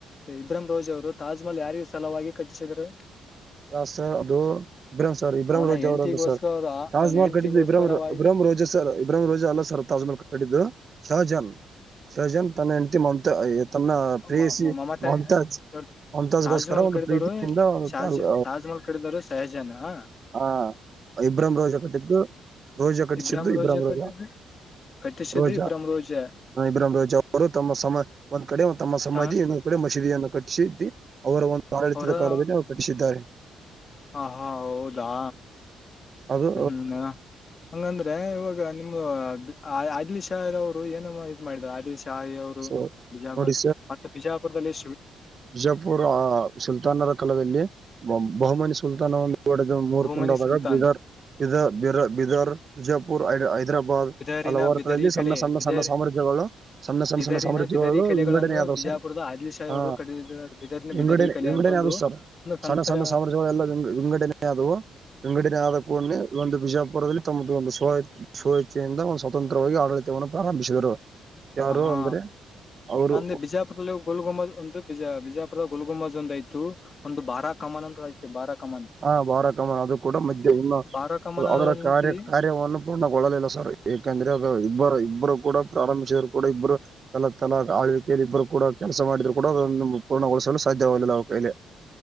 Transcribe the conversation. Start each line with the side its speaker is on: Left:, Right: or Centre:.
Left: ಇಬ್ರಾಹಂ ರೋಜ್ ಅವರು ತಾಜ್ಮಹಲ್ ಯಾರಿಗೆ ಸಲವಾಗಿ ಕಟ್ಟಿಸಿದರು.
Right: ಯಾ -ಸರ್ ಅದು ಇಬ್ರಾಹಂ ಸರ್ ಇಬ್ರಾಹಿಂ
Left: ಅವನ
Right: ರೋಜ್
Left: ಹೆಂಡತಿಗೋಸ್ಕರ
Right: ಅವರಲ್ಲ ಸರ್. ತಾಜ್ಮಹಲ್
Left: ಅವನ ಹೆಂಡತಿಗೋಸ್ಕರವಾಗಿ
Right: ಕಟ್ಟಿದ್ದು ಇಬ್ರಾಂ ಇಬ್ರಾಹಂ ರೋಜೆ ಸರ್ ಇಬ್ರಾಹಿಂ ರೋಜೆ ಅಲ್ಲ ಸರ್ ತಾಜ್ಮಹಲ್ ಕಟ್ಟಿದ್ದು ಶಹಜಾನ್. ಸಜನ್ ತನ್ನ ಹೆಂಡ್ತಿ ಮಮತ. ತನ್ನ ಪ್ರಿಯಯಿಸಿ
Left: ಮ- ಮ- ಮಮತಾ
Right: ಮಮ್ತಾಜ್
Left: ಇವ್ರು
Right: ಮಮತಾಜ್ಗೋಸ್ಕರ
Left: ತಾಜ್ ಮಹಲ್
Right: ಒಂದು
Left: ಕಟ್ಟಿದವರು
Right: ಪ್ರೀತಿಯಿಂದ-
Left: ತಾಜ್
Right: ತಾಲ್-
Left: ತಾಜ್ಮಹಲ್ ಕಟ್ಟಿರುದು ಸಹಜಾನ -ಅ-
Right: ಹಾ -ಇಬ್ರಾಹಂ ರೋಜಾ ಕಟ್ಟಿದ್ದು ರೋಜಾ ಕಟ್ಟಿಸಿದ್ದು
Left: ಇಬ್ರಾಹಿಂ
Right: ಇಬ್ರಾಹಂ ರೋಜಾ.
Left: ಕಟ್ಟಿದ್ದು ಕಟ್ಟಿಸಿದ್ದು
Right: ರೋಜಾ
Left: ಇಬ್ರಾಹಿಂ ರೋಜಾ
Right: ಇಬ್ರಾಮ ರೋಜಾ ಅವರು ತಮ್ಮ ಸಮ ಒಂದ್ ಕಡೆ. ತಮ್ಮ ಸಮಾದಿ
Left: ತಾ-
Right: ಇನ್ನೊಂದು ಕಡೆ ಮಸೀದಿಯನ್ನು ಕಟ್ಟಿಸಿ ಅವರ ಒಂದು ಆಡಳಿತದ
Left: ಅವರ
Right: ಕಾಲದಲ್ಲಿ ಅವರು ಕಟ್ಟಿಸಿದ್ದಾರೆ.
Left: ಹ- ಹಾ -ಹೌದಾ
Right: ಅದು
Left: ಹ್ಮ್- ಹಂಗಂದ್ರೆ ಇವಾಗ- ನಿ- ಆದಿಲ್ ಶಾವರು ಏನಮ್ಮ ಇದ್ ಮಾಡಿದ್ದಾರೆ ಆದಿಲ್. ಶಾಯಿ ಅವರು
Right: ಸೊ
Left: ಬಿಜಾಪುರ
Right: ನೋಡಿ
Left: ಮತ್ತೆ ಬಿಜಾಪುರದಲ್ಲಿ.
Right: ವಿಜಯಪುರ ಸುಲ್ತಾನರ ಕಾಲದಲ್ಲಿ. ಬಹುಮನಿ ಸುಲ್ತಾನವನ್ನು ಹೊಡೆದ ಮೂರ್ತ
Left: ಬಹುಮನಿ
Right: ಉಂಡಾದಾಗ
Left: ಸುಲ್ತಾನ್
Right: ಬೀದರ್- ಬ -. ವಿಜಯಪುರ್ ಹೈದರಾಬಾದ್
Left: ಬಿದರಿನ
Right: ಹಲವಾರು
Left: ಬಿದರಿ
Right: ಕಡೆಗಳಲ್ಲಿ
Left: ಕಲೆ
Right: ಸಣ್ಣ ಸಣ್ಣ
Left: ಬಿದರಿ
Right: ಸಣ್ಣ ಸಾಮ್ರಾಜ್ಯಗಳು. ಸಣ್ಣ ಸಣ್ಣ
Left: ಬಿದರಿನ
Right: ಸಾಮ್ರಾಜ್ಯಗಳು
Left: ಬಿದರಿ ಕಲೆಗಳನ್ನು
Right: ವಿಂಗಡನೆ ಆದ-
Left: ಬಿಜಾಪುರದ
Right: ಸ
Left: ಆದಿಲ್ ಶಾಹಿ
Right: ಹ
Left: ಅವರು ಕಡ ಬಿದರಿನ
Right: -ವಿಂಗಡನೆ
Left: ಬಿದರಿ ಕಲೆ
Right: ವಿಂಗಡನೆ
Left: ಅಂತ ಒಂದು ಒಂದು ಸಂಸ್ಥರ
Right: ಸಣ್ಣ ಸಣ್ಣ ಸಾಮ್ರಾಜ್ಯ ಗಳಲ್ಲ ವಿಂಗಡಣೆ ಆದವು. ವಿಂಗಡಿನೇ ಆದ ಕೂಡಣೆ ಒಂದು ಬಿಜಾಪುರದಲ್ಲಿ ತಮ್ಮ್ದು ಒಂದು ಸ. ಶುವಚ್ಛೆಯಿಂದ ಒಂದು ಸ್ವತಂತ್ರವಾಗಿ ಆಡಳಿತವನ್ನು ಪ್ರಾರಂಭಿಸಿದರು. ಯಾರು
Left: ಹಾ-
Right: ಅಂದ್ರೆ ಅವರು
Left: ಅ -ಬಿಜಾಪುದಲ್ಲಿ ಗೋಲ್ಗೊಮ್ಮ ಬಿಜಾಪು. ಗುಲ್ಗುಂಬಜ್ ಒಂದ ಆಯತು ಒಂದು ಬಾರಾ ಕಾಮನ್ ಅಂತ ಆ ಬಾರ ಕಮನ್ ಕಾಮ.
Right: ಹಾ -ಬಾರ ಕಮನ್ ಅದು ಕೂಡ ಮಧ್ಯ್ಯಾ ಇನ್ನ.
Left: ಬಾರಾ ಕಮನ
Right: ಅದರ ಕಾರ್ಯ ಕಾರ್ಯವನ್ನು ಪೂರ್ಣಗೊಳ್ಳಲಿಲ್ಲ ಸರ್ ಯಾಕಂದ್ರೆ ಅದು ಇಬ್ಬರು ಇಬ್ಬರು ಕೂಡ. ಪ್ರಾರಂಭಿಸಿದ್ರು ಕೂಡ ಇಬ್ಬರು ತಲ ತಲಾ ಆಳ್ವೀಕೆಯಲ್ಲಿ ಇಬ್ಬರು ಕೂಡ ಕೆಲಸ ಮಾಡಿದ್ರು ಕೂಡ ಅದನ್ನು ಪೂರ್ಣಗೊಳಿಸಲು ಸಾಧ್ಯ್. ಅಲ ನ <unintelligible>